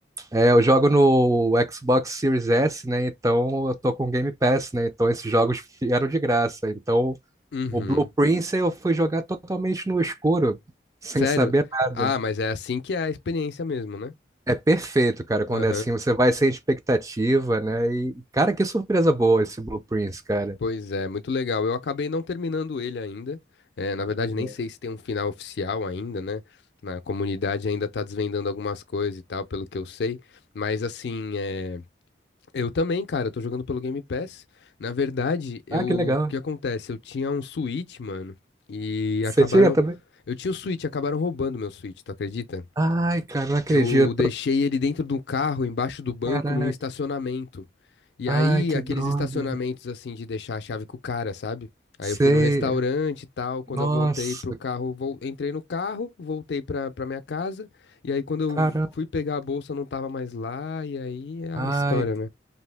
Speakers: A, on the right; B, on the left.
A: é, eu jogo no Xbox Series S, né? Então eu tô com Game Pass, né? Então esses jogos vieram de graça. Então
B: Uhum.
A: o Blue Prince eu fui jogar totalmente no escuro, sem
B: Sério?
A: saber nada.
B: Ah, mas é assim que é a experiência mesmo, né?
A: É perfeito, cara, quando
B: Aham.
A: é assim, você vai sem expectativa, né? E, cara, que surpresa boa esse Blue Prince, cara.
B: Pois é, muito legal. Eu acabei não terminando ele ainda. É, na verdade, nem
A: É.
B: sei se tem um final oficial ainda, né? Na comunidade ainda tá desvendando algumas coisas e tal, pelo que eu sei. Mas assim, é... eu também, cara, eu tô jogando pelo Game Pass. Na verdade, eu...
A: Ah, que legal.
B: o que acontece? Eu tinha um Switch, mano, e
A: Você
B: acabaram.
A: tinha também?
B: Eu tinha o Switch, acabaram roubando meu Switch, tu acredita?
A: Ai, cara, não acredito.
B: Eu deixei ele dentro do carro, embaixo do banco,
A: Caraca.
B: num estacionamento. E
A: Ai,
B: aí,
A: que
B: aqueles
A: droga.
B: estacionamentos assim de deixar a chave com o cara, sabe? Aí
A: Sei.
B: eu fui no restaurante e tal. Quando
A: Nossa,
B: eu voltei pro carro, vol- entrei no carro, voltei pra, pra minha casa. E aí, quando eu
A: cara.
B: fui pegar a bolsa, não tava mais lá. E aí é a
A: Ai,
B: história, né?